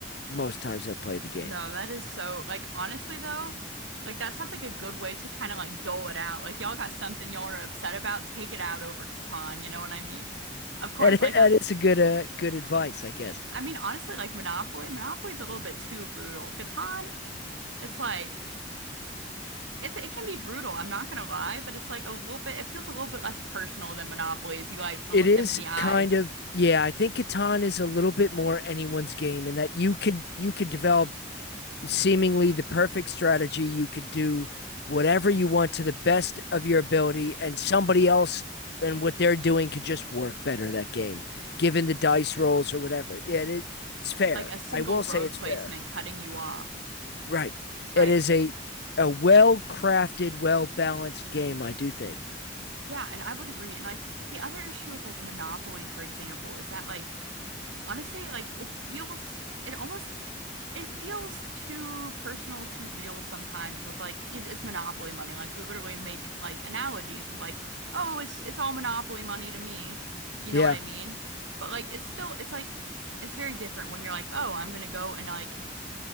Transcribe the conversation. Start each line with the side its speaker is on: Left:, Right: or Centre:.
Left: most times I play the game.
Right: No, that is so like honestly though, like that sounds like a good way to kind of like dole it out. Like y'all got something y'all are upset about, take it out over Catan, you know what I mean? Of course,
Left: And
Right: like
Left: <laughs> that
Right: that's
Left: is a good uh, good advice, I guess.
Right: I mean honestly like Monopoly, Monopoly's a little bit too brutal. Catan, it's like it's it can be brutal, I'm not gonna lie, but it's like a little bit it feels a little bit less personal than Monopoly as you like
Left: It
Right: look
Left: is
Right: them in the eyes,
Left: kind of yeah, I think Catan is a little bit more anyone's game in that you could you could develop seemingly the perfect strategy. You could do whatever you want to the best of your ability, and somebody else and what they're doing could just work better that game, given the dice rolls or whatever. Yeah, it, it's fair.
Right: like a single
Left: I will
Right: road
Left: say it's
Right: placement
Left: fair.
Right: cutting you off.
Left: Right.
Right: Right.
Left: It is a a well crafted, well balanced game, I do think.
Right: Yeah, and I would agree. And like the other issue with like Monopoly, for example, is that like Honestly, like it feels, it almost, it feels too personal, too real sometimes with like, it- it's monopoly money. Like we literally make like analogies of like, oh, it's, it's all monopoly money to me. You
Left: Yeah.
Right: know what I mean? But like, it's still, it's like, it's very different when you're like, oh, I'm gonna go and like